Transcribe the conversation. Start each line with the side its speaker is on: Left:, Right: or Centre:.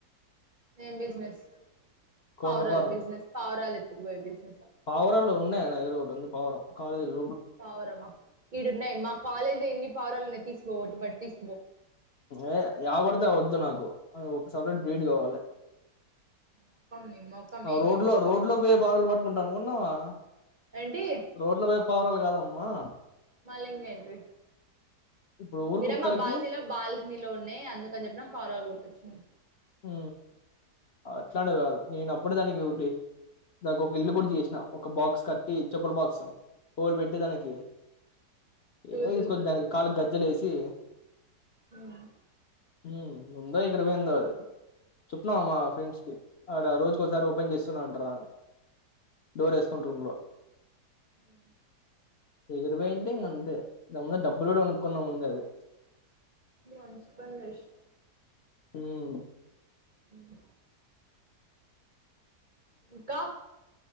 Right: ఏం బిజినెస్.
Left: కోర్ల
Right: పావురాలు
Left: ఫారం
Right: బిజినెస్ పావురాలు ఎత్తుకు పోయె బిజినెస్ హ
Left: పావురాలు ఉన్నాయి. నా దగ్గర ఒకటి ఉంది పావురం. కాలేజీలో
Right: పావురమా ఇడ ఉన్నాయి. మా కాలేజ్ లో ఎన్ని పావురాలు ఉన్నాయి. ఒకటి తీసుకోపో మరి తీసు
Left: యే యావగొడుత వద్దు. నాకు అ ఒక సపరేట్ బ్రీడ్ కావాలి.
Right: మొఖం నీ మొఖమే
Left: ఆ రోడ్
Right: నీ మొఖం
Left: లో రోడ్ లో పోయే బాటలు పట్టుకుంటా నువ్వు ఉన్నావా.
Right: ఏంటి
Left: రోడ్ లో పోయి పావురాలు కాదమ్మా.
Right: మళ్ళింగా ఏంటిది.
Left: ఇప్పుడు ఊరు
Right: ఇడ
Left: కుక్కలకి
Right: మా బాల్కనీలో బాల్కినీ లో ఉన్నాయి. అందు ఎంత చెప్పినా ఫాలో అవుకుంటు వచ్చినయి.
Left: హు అట్లాండే కా కాదు నేనుప్పు అప్పుడే దానిమీదోటి దానికి ఒక ఇల్లు కూడా చేసిన ఒక బాక్స్ కట్టి చెప్పుల బాక్స్ హోల్ పెట్టి దానికి
Right: తూ
Left: ఏ
Right: తూ
Left: తీసుకోవచ్చ
Right: తూ
Left: దానికి కాలుకు గజ్జలేసి
Right: మ్మ్
Left: ఉమ్మ్ ఉందో ఎగిరిపోయిందో అది చుప్న్నావా మా ఫ్రెండ్స్ కి ఆడ రోజుకోసారి ఓపెన్ చేస్తున్నా అంటర అని డోర్ ఏసుకుంట రూమ్ లో
Right: మ్మ్
Left: ఎగిరిపోయింటే ఇంక అంతే దాముద డబ్బులు కూడా కొనుక్కున్నాముందె అది
Right: నువ్ మంచిపని చేశినవ్
Left: హ్మ్మ్
Right: మ్మ్ ఇంకా